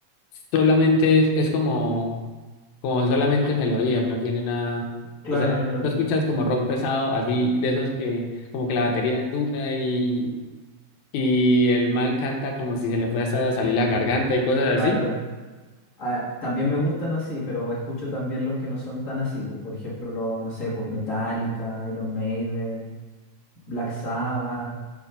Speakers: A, on the left; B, on the left.
A: solamente es, es como como solamente melodías, no tiene nada,
B: claro,
A: o sea,
B: es melodía.
A: no escuchas como rock pesado, así de esos que como que la batería es dura y, y el man canta como si se le fuese a salir la garganta y cosas así.
B: Claro, Ah, también me gustan así, pero escucho también los que no son tan así. pues, por ejemplo, los, no sé, pues Metallica, Iron Maiden, Black Sabbath,